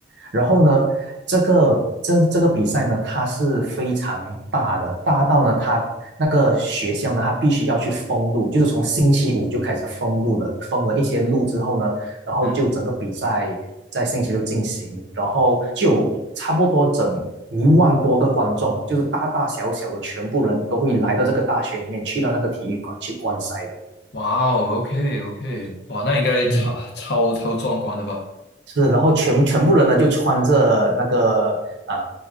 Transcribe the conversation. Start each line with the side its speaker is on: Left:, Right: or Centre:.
Right: 然后呢，这个这这个比赛呢，它是非常大的，大到呢，他那个学校呢，他必须要去封路，就是从星期五就开始封路了，封了一些路之后呢，然后就整个比赛在星期六进行，
Left: 嗯，
Right: 然后就差不多整一万多个观众，就是大大小小的全部人都会来到这个大学里面，去到那个体育馆去观赛的。
Left: 哇哦，OK OK，哇，那应该超超超壮观的吧？
Right: 嗯，是，然后全全部人呢就穿着那个呃，